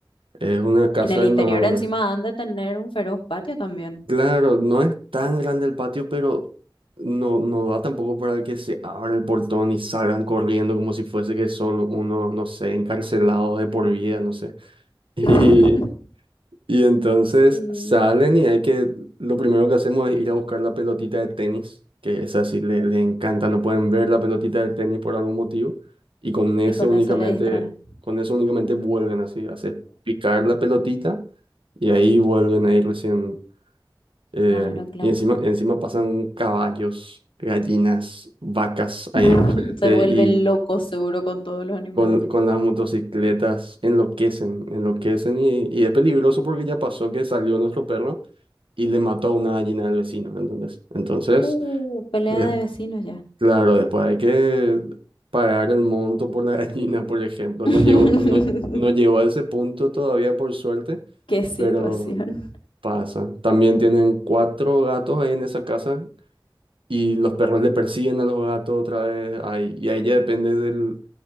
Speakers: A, on the right; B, on the left.
A: es una casa
B: En el interior
A: enorme.
B: encima han de tener un feroz patio también.
A: Claro, no es tan grande el patio, pero no, no da tampoco para que se abra el portón y salgan corriendo como si fuese que son unos, no sé, encarcelados de por vida, no sé. <laughs>
B: <laughs>
A: Y entonces
B: Sí.
A: salen y hay que, lo primero que hacemos es ir a buscar la pelotita de tenis, que esa sí le, le encanta, no pueden ver la pelotita de tenis por algún motivo, y con ese
B: Y con
A: únicamente,
B: eso le distrae.
A: con eso únicamente vuelven así, hacer picar la pelotita y ahí vuelven ahí recién, eh,
B: Claro, claro.
A: y encima, encima pasan caballos, gallinas, vacas ahí
B: <laughs>
A: enfrente
B: Se vuelve
A: y
B: loco seguro con todos los animales.
A: con, con las motocicletas enloquecen, enloquecen y, y es peligroso porque ya pasó que salió nuestro perro y le mató a una gallina del vecino, ¿entendés? Entonces,
B: Uh, pelea
A: de-
B: de vecinos ya.
A: claro, después hay que pagar el monto por la <laughs> gallina, por ejemplo.
B: <laughs>
A: No llegó, no, no llegó a ese punto todavía, por suerte,
B: Qué situación.
A: pero pasa. También tienen cuatro gatos ahí en esa casa y los perros le persiguen a los gatos otra vez. Ahí, y a ella depende del,